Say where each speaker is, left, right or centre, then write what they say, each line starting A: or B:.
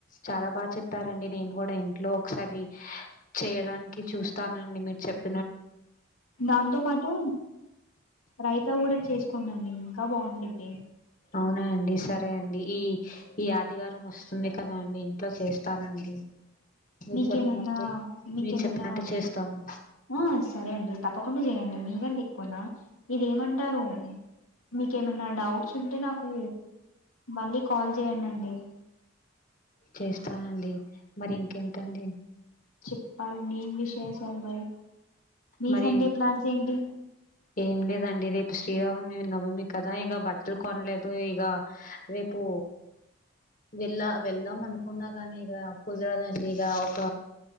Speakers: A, on the left; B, on the left.
A: చాలా బాగా చెప్పారండి నేను కూడా ఇంట్లో ఒకసారి చేయడానికి చూస్తానండి మీరు చెప్
B: దాంతో పాటు రైతా కూడా చేసి కొండండి ఇంకా బాగుండిద్ది
A: అవునా అండి సరే అండి ఈ ఈ ఆదివారం వస్తుంది కదా అండి ఇంట్లో చేస్తానండి మీరు
B: మీకేమన్నా
A: చెప్పినట్టే
B: మీకేమన్నా,
A: మీరు చెప్పినట్టు చేస్తాను
B: ఆ సరే అండి తప్పకుండా చేయండి మీకంటే ఎక్కువనా ఇదేమంటారు మీకేమన్నా డౌట్స్ ఉంటే నాకు మళ్ళీ కాల్ చేయండ్ అండి
A: చేస్తానండి మరి ఇంకేంటండి
B: చేప్పాల్ బీన్ విషేషాల్ మరి మీ
A: మరి,
B: సండే ప్లాన్స్ ఏంటి
A: ఏం లేదండి రేపు శ్రీరావు వమి నవమి కదా ఇగ బట్టలు కొనలేదు ఇగ రేపు వెళ్ళ వెళ్దాం అనుకున్నా గాని ఇగ కుదరదండి ఇగ ఒక